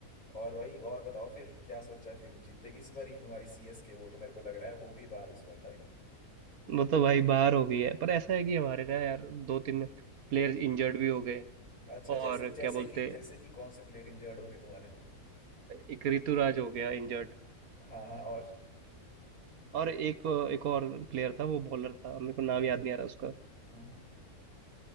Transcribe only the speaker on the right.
वो तो भाई बाहर हो गई है पर ऐसा है कि हमारे ना यार दो तीन प्लेयर्स इंजर्ड भी हो गए
और
क्या बोलते
एक ऋतुराज हो गया इंजर्ड
और एक एक और प्लेयर था वो बॉलर था मेरे को नाम याद नहीं आ रहा उसका